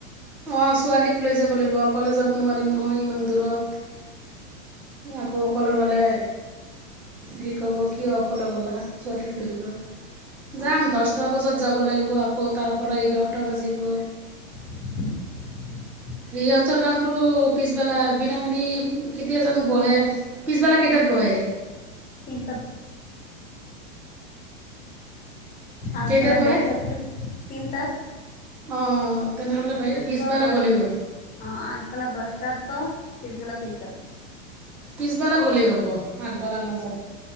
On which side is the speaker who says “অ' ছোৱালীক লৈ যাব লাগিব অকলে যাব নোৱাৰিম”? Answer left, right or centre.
Centre